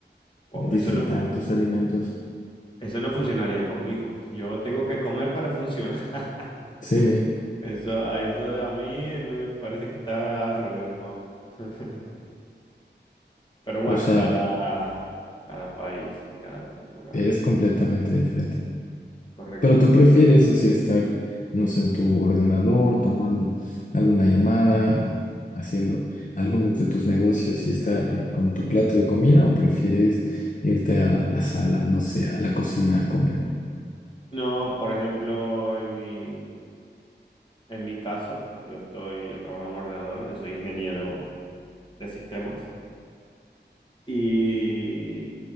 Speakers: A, on the left (about 25°); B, on the left (about 45°).
A: Wow,
B: eh, disfrutar
A: eso no fu-
B: tus alimentos.
A: eso no funcionaría conmigo. Yo tengo que comer para funcionar. <laughs>
B: Sí,
A: Eso, a eso a mí me parece que está al revés, vamos. <laughs> Pero bueno,
B: o sea,
A: cada, cada país y cada cultura.
B: es completamente diferente.
A: Correcto,
B: Pero
A: correcto.
B: tú prefieres así estar, no sé, en tu ordenador, tomando alguna llamada, haciendo algunos de tus negocios y estar eh, con tu plato de comida, o prefieres irte a la sala, no sé, a la cocina a comer.
A: No, por ejemplo, en mi, en mi caso, yo estoy, yo trabajo en un ordenador, yo soy ingeniero de sistemas. Y